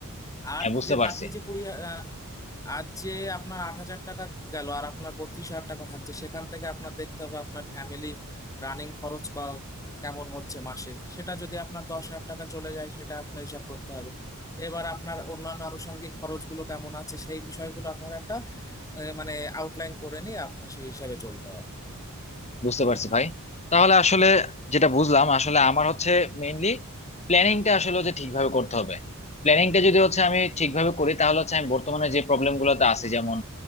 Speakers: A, on the left (about 15°); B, on the left (about 30°).
A: আর
B: হ্যাঁ বুঝতে
A: যে
B: পারছি
A: বাকি যে কুড়ি আহ, আর যে আপনার আট হাজার টাকা গেল আর আপনার বত্রিশ হাজার টাকা থাকছে সেখান থেকে আপনার দেখতে হবে আপনার ফ্যামিলি রানিং খরচ ক- কেমন হচ্ছে মাসে সেটা যদি আপনার দশ হাজার টাকা চলে যায় সেটা আপনার হিসাব করতে হবে এবার আপনার অন্যান্য আনুষঙ্গিক খরচগুলো কেমন আছে সেই বিষয়গুলো আপনার একটা আহ, মানে আউটলাইন করে নিয়ে আপনার সেই হিসাবে চলতে হবে
B: বুঝতে পারছি ভাই তাহলে আসলে যেটা বুঝলাম আসলে আমার হচ্ছে মেইনলি প্ল্যানিংটা আসলে হচ্ছে ঠিকভাবে করতে হবে প্ল্যানিংটা যদি হচ্ছে আমি ঠিকভাবে করি তাহলে হচ্ছে আমি বর্তমানে যে প্রবলেম গুলোতে আছি যেমন